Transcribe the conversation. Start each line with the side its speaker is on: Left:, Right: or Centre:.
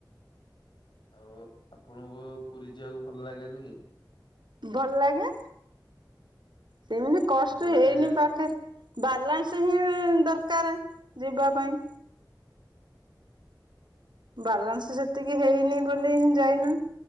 Left: ଆଉ ଆପଣଙ୍କୁ ପୁରୀ ଯିବାକୁ ଭଲ ଲାଗେନି କି?
Right: ଭଲ ଲାଗେ ସେମିତି କଷ୍ଟ
Left: ଭଲ ଲାଗେ
Right: ହେଇନି ପାଖରେ ବାଲାନ୍ସ ହିଁ ଦରକାର ଯିବା ପାଇଁ। ବାଲାନ୍ସ ସେତିକି ହେଇନି ବୋଲିି ଯାଇନୁ